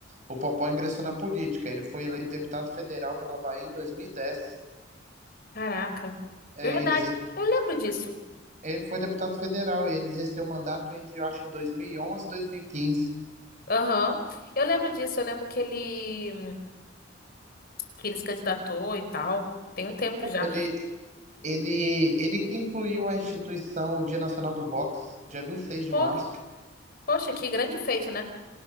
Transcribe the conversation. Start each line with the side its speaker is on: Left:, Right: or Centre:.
Right: o Popó ingressou na política. Ele foi eleito deputado federal pela Bahia em 2010.
Left: Caraca.
Right: É,
Left: Verdade.
Right: ele
Left: Eu lembro disso.
Right: Ele foi deputado federal, ele exerceu mandato entre, eu acho que 2011 e onze e dois mil e quinze.
Left: Aham. Eu lembro disso. Eu lembro que ele, que ele se candidatou e tal. Tem um tempo já.
Right: Ele, ele, ele que incluiu a instituição, o Dia Nacional do Boxe, dia vinte e seis de
Left: Pô,
Right: março,
Left: Poxa, que grande feito, né?